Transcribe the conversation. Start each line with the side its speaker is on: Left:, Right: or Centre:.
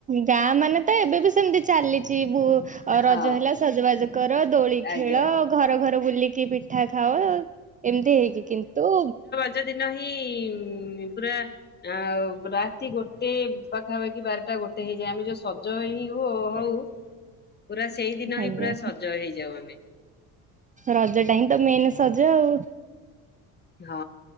Right: ଗାଁ ମାନେ ତ ଏବେ ବି ସେମତି ଚାଲିଚି, ବୋ
Left: ହଁ
Right: ରଜ ହେଲା ସଜବାଜ କର, ଦୋଳି
Left: ଆଜ୍ଞା
Right: ଖେଳ, ଘର ଘର ବୁଲିକି ପିଠା ଖାଅ। ଏମିତି ହେଇକି କିନ୍ତୁ
Left: ଏତେ ଦିନ ହିଁ ପୁରା ଆଉ ରାତି ଗୋଟେ ପାଖାପାଖି ବାରଟା ଗୋଟେ ହେଇଯାଏ, ଆମେ ଯଉଁ ସଜ ହିଁ ହ ହଉ
Right: <inaudible>
Left: ପୁରା ସେଇ ଦିନ
Right: ଆଜ୍ଞା
Left: ହିଁ ପୁରା ସଜ ହେଇଯାଉ ଆମେ।
Right: ରଜଟା ହିଁ ତ ମେନ୍ ସଜ ଆଉ
Left: ହଁ,